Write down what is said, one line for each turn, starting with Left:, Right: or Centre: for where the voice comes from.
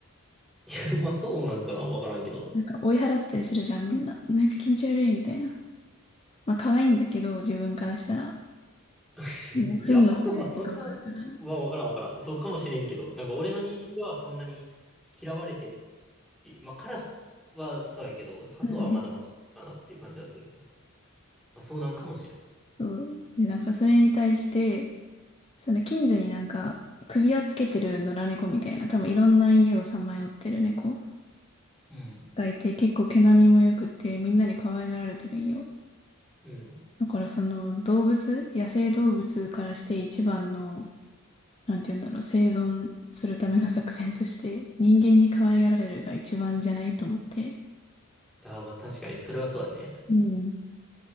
Centre: <laughs> まあ、そうなんかな、わからんけど。
Left: なんか追い払ったりするじゃん、みんな。なんか気持ち悪いみたいな。まあ可愛いんだけど、自分からしたら。
Centre: <laughs>
Left: もう、
Centre: うんいや、
Left: 糞の被害とかもあるから。
Centre: ハトはそんな、まあ、わからんわからん。そうかもしれんけど、なんか俺の認識ではそんなに嫌われてるっていう、まあ、カラスはそうやけど、ハトはまだマシかなっていう感じはするけど。
Left: うん。
Centre: まあ、そうなんかもしれん。
Left: そう。で、なんかそれに対して、その近所になんか首輪つけてる野良猫みたいな、多分いろんな家をさまよってる猫
Centre: うん。
Left: がいて、結構毛並みも良くてみんなに可愛がられてるんよ。
Centre: うん。
Left: だからその動物、野生動物からして一番の、なんて言うんだろう、生存するための作戦として人間に可愛がられるが一番じゃないと思って。
Centre: ああ、まあ、確かに、それはそうやね。
Left: うん。